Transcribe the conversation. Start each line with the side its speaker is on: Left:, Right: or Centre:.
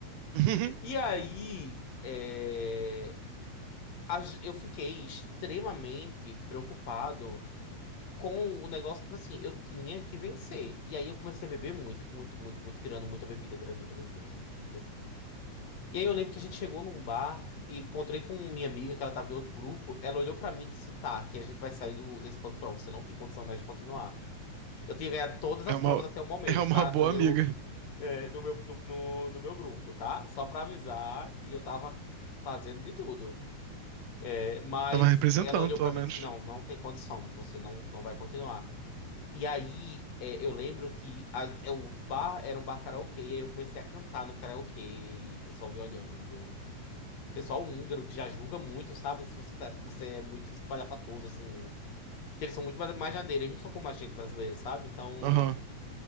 Right: <laughs>
Left: E aí, é, a g- eu fiquei extremamente preocupado com o negócio, tipo assim, eu tinha que vencer. E aí eu comecei a beber muito, muito, muito, muito, virando muita bebida, virando muita bebida, muita bebida. E aí eu lembro que a gente chegou num bar e encontrei com minha amiga, que ela tava em outro grupo. Ela olhou pra mim e disse: Tá, que a gente vai sair do, desse pub crawl, você não tem condição mais de continuar. Eu tinha ganhado todas
Right: É
Left: as
Right: uma,
Left: provas até o momento,
Right: é uma
Left: tá?
Right: boa
Left: <laughs> No meu,
Right: amiga.
Left: é, no meu, no, no- no meu grupo, tá? Só pra avisar que eu tava fazendo de tudo. É, mas
Right: Tava representando,
Left: ela olhou
Right: pelo
Left: pra mim
Right: menos.
Left: e disse: Não, não tem condição, você não, não vai continuar. E aí, é, eu lembro que a- é, o bar era um bar karaokê, e aí eu comecei a cantar no karaokê, e o pessoal me olhando pessoal húngaro que já julga muito, sabe? Se você, tá, você é muito espalhafatoso, assim. Porque eles são muito mais mais na dele, eles não são como a gente brasileiro, sabe? Então.
Right: Aham.